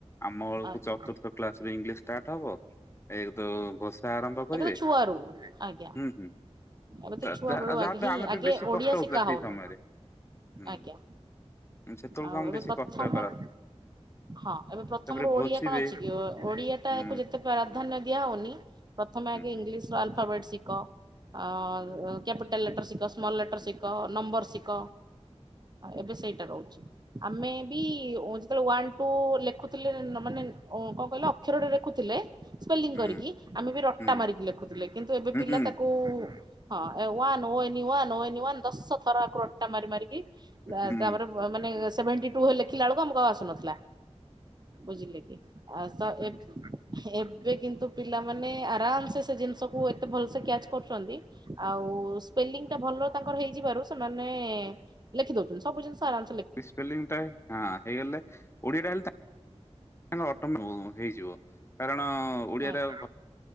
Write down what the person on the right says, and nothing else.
ଆଜ୍ଞା
ଏବେ ତ ଛୁଆରୁ ଆଜ୍ଞା
ଏବେ ଛୁଆ
ବେଳୁ ଆଗେ
ହିଁ
ଆଗେ
ଓଡିଆ
ଶିଖା
ହଉନି
ଆଜ୍ଞା
ଆଉ
ଏବେ
ପ୍ରଥମ
ରୁ ହଁ ଏବେ ପ୍ରଥମରୁ
ଓଡିଆ କଣ ଅଛି କି ଓଡିଆ ଟାକୁ
ଯେତେ ପ୍ରାଧାନ୍ୟ ଦିଆ ହଉନି ପ୍ରଥମେ
ଆଗେଇଂଲିଶ ର ଆଲଫାବେଟ୍ ଶିଖ। ଅ କ୍ୟାପିଟଲ ଲେଟର୍ ଶିଖ ସ୍ମଲ ଲେଟର୍ର ଶିଖ ନମ୍ବର ଶିିକ। ଏବେ ସେଇଟା ରହୁଛି ଆମେ ବି ଯେତେବେଳେ ୱାନ୍ ଟୁ ଟୁ ଲେଖୁଥିଲେ ମାନେ କଣ କହିଲେ ଅକ୍ଷରଟେ ଲେଖୁଥିଲେ ସ୍ପେଲିଂ
କରିକି
ଆମେ ବି ରଟା
ମାରିକି ଲେଖୁଥିଲେ କିନ୍ତୁ ଏବେ ପିଲା
ତାକୁ ହଁ ୱନ ଏନିଇୱନ ଏନିଇୱନ ଦଶ ଥର ଏକୁ ରଟା ମାରି ମାରିକି
ତାପରେ ମାନେ ସେଭେଣ୍ଟି ଟୁ ଲେଖିଲା ବେଳକୁ ଆମକୁ ଆଉ ଆସୁନଥିଲା ବୁଝିଲେ କି। ତ ଏ ଏବେ କିନ୍ତୁ ପିଲାମାନେ ଆରାମସେ ସେ ଜିନିଷକୁ ଏତେ ଭଲସେ କ୍ୟାଚ୍ କରୁଚନ୍ତି ଆଉ ସ୍ପେଲିଂ ଟା ଭଲ ତାଙ୍କର ହେଇଯିବାରୁ ସେମାନେ ଲେଖି ଦଉଛନ୍ତି ସବୁ ଜିନିଷ ଆରାମ
ଆଜ୍ଞା